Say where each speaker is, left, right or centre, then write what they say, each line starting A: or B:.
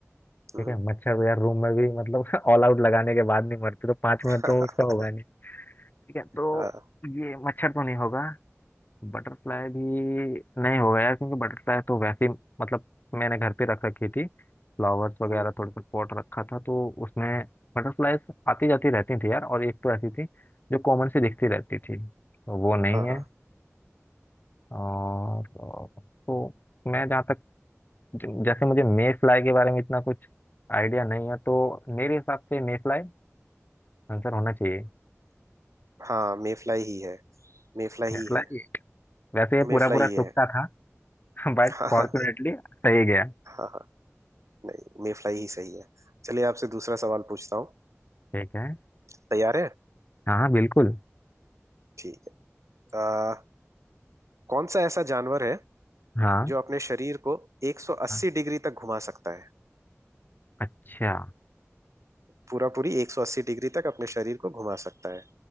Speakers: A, on the right; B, on the left.
A: हम्म,
B: ठीक है मच्छर तो यार रूम में भी मतलब <laughs> ऑल आउट लगाने के बाद नहीं मरते तो पांच
A: <laughs>
B: मिनट तो उसका होगा नहीं ठीक है तो
A: हाँ
B: ये मच्छर तो नहीं होगा बटरफ्लाई भी नहीं होगा यार क्योंकि बटरफ्लाई तो वैसे ही मतलब मैंने घर पे रख रखी थी फ्लावर्स वगैरह
A: हम्म,
B: थोड़े से पॉट रखा था तो उसमें बटरफ्लाई आती जाती रहती थी यार और एक तो ऐसी थी जो कॉमन सी दिखती रहती थी तो वो नहीं
A: हाँ हाँ
B: है और और- तो मैं जहाँ तक ज- जैसे मुझे मे फ्लाई के बारे में इतना कुछ आइडिया नहीं है तो मेरे हिसाब से मे फ्लाई आंसर होना चाहिए
A: हाँ मेफ्लाई ही है मेफ्लाई
B: बटरफ्लाई
A: ही है
B: वैसे ये
A: मेफ्लाई
B: पूरा पूरा
A: ही है
B: तुक्का था <laughs> बट
A: हाँ
B: फॉर्चुनेटली
A: हाँ
B: सही गया
A: हाँ हाँ, नहीं मेफ्लाई ही सही है <laughs> चलिए आपसे दूसरा सवाल पूछता हूँ
B: ठीक है
A: तैयार है
B: हाँ हाँ बिल्कुल
A: ठीक है आ, कौन सा ऐसा जानवर है
B: हाँ
A: जो अपने शरीर को 180
B: हाँ,
A: डिग्री तक घुमा सकता है
B: अच्छा
A: पूरा पूरी 180 डिग्री तक अपने शरीर को घुमा सकता है